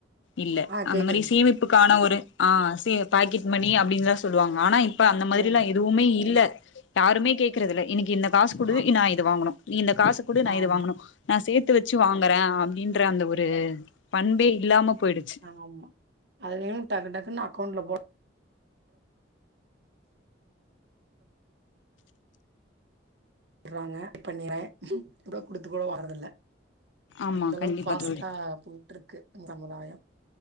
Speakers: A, on the left; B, on the right.
A: இல்ல,
B: ஆ
A: அந்த
B: கேக்குதுங்க
A: மாரி சேமிப்பு
B: கேக்குது.
A: க்கான ஒரு ஆ சே பாக்கெட் மணி அப்படினுதா சொல்லுவாங்க ஆனா இப்ப அந்த மாதிரிலா
B: ம்
A: எ துவுமே இல்ல யாருமே கேக்குறதுல இன்னைக்கி இந்த காசு குடு
B: ஆம்
A: நா இது வாங்கணு நீ இந்த காசு குடு நா
B: ஆமா
A: இது வாங்கனு, நா சேத்து வச்சு வாங்குறே அப்படின்ற அந்த ஒரு பண்பே
B: ஆ,
A: இல்லாம போயிடுச்சு
B: ஆமா, அதுலயு டக்கு டக்குன்னு அக்கோண்ட்ல போ ட்றாங்க பண்ணிட்றே இப்பலா குடுத்து கூட வாங்குறதில்ல
A: ஆமா
B: அந்தளவுக்கு
A: கண்டிப்பா
B: ஃபாஸ்ட்டா
A: தோழி
B: போயிட்ருக்கு சமுதாயம்